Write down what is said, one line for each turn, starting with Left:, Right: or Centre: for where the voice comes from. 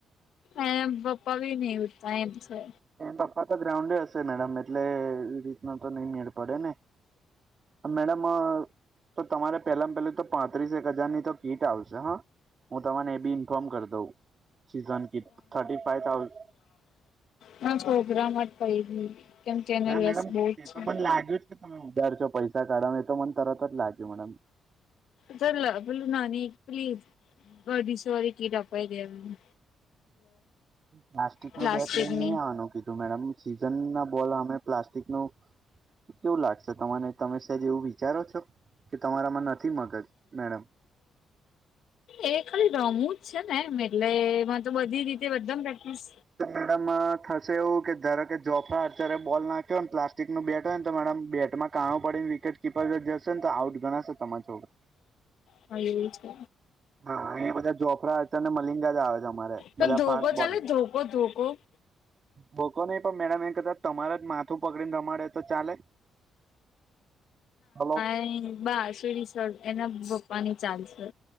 Left: એના પપ્પા બી નહી ઉઠતા એમ છે.
Right: એ પપ્પા તો ગ્રાઉન્ડે હશે મેડમ એટલે એ રીતનો તો નઈ મેળ પડે ને મેડમ તો તમારે પેલા પેલું તો પાંત્રીસ એક હજારની તો કીટ આવશે હા હું તમને એ બી ઇન્ફોર્મ કરી દઉં. Season kit thirty five thousand
Left: ના છોકરામાં જ પ ગ કેમ કે એને
Right: ના
Left: રસ
Right: મેડમ
Left: બહુ જ
Right: એ
Left: છે
Right: તો
Left: <unintelligible>
Right: મને લાગ્યું જ તમે ઉધાર છો પૈસા કાઢવા એ તો મને તરત જ લાગયુ મને એમ
Left: તો અ પેલું નાની પેલી બઢી સોરી કીટ અપાઈ દેવાની
Right: પ્લાસ્ટિક
Left: પ્લાસ્ટિકની
Right: નું બેટ લઈને નહી આવાનું કીધું મેડમ સીઝન ના બોલ અમે પ્લાસ્ટિક નુ કેવું લાગશે તને તમે સેજ એવું વિચારો છો? કે તમારામાં નથી મગજ મેડમ
Left: એ ખાલી રમુંજ છે ને એમ એટલે એમાં તો બધી રીતે બધામાં પ્રેક્ટિસ
Right: કે મેડમ અ થશે એવું કે ધારોકે જોફડા અત્યારે બોલ નાખ્યો ને પ્લાસ્ટિક નું બેટ હોય ને તો મેડમ બેટમાં કાણું પડી ને વિકેટ કીપર જશે ને તો આઉટ ગણાશે તમારો છોકરો
Left: હા એવું છે.
Right: હા એ બધા જોફ્રા અને મલિંગાજ આવે છે અરે
Left: તો
Right: બધા
Left: ધોકો
Right: ફાસ્ટ બોલર
Left: ચાલે ધોકો ધોકો
Right: બોકો નહી પણ મેડમ એક કદાચ તમારે જ માથું પકડીને રમાડે તો ચાલે હલો
Left: એની બાંસુરી. એના પપ્પા ની ચાલશે